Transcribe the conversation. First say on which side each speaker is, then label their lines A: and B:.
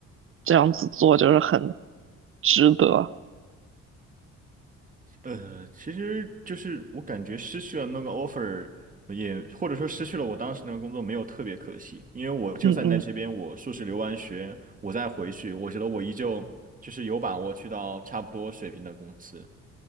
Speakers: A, on the right; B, on the right.
A: 这样子做就是很值得。
B: 呃，其实就是我感觉失去了那个 offer，也或者说失去了我当时那个工作，没有特别可惜，因为我就算在这边我硕士留完学，
A: 嗯嗯
B: 我再回去，我觉得我依旧就是有把握去到差不多水平的公司。